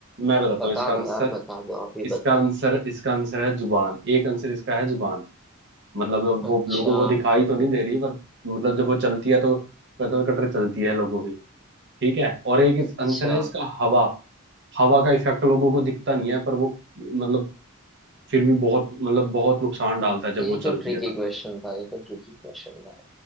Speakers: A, on the right; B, in the centre.
A: मैं बताता
B: बता
A: हूँ इसका आंसर
B: दो यार बता दो आप ही
A: इसका
B: बताओ
A: आंसर इसका आंसर है जुबान एक आंसर इसका है जुबान मतलब
B: अच्छा
A: वो लोगों को दिखाई तो नहीं दे रही पर मतलब जब वो चलती है तो कटर कटर चलती है लोगों की ठीक है और एक इस
B: अच्छा
A: आंसर है इसका हवा हवा का इफेक्ट लोगों को दिखता नहीं है पर वो मतलब फिर भी बहुत मतलब बहुत नुकसान डालता है जब
B: ये
A: वो चलती
B: तो ट्रिकी
A: है तो
B: क्वेश्चन था ये तो ट्रिकी क्वेश्चन था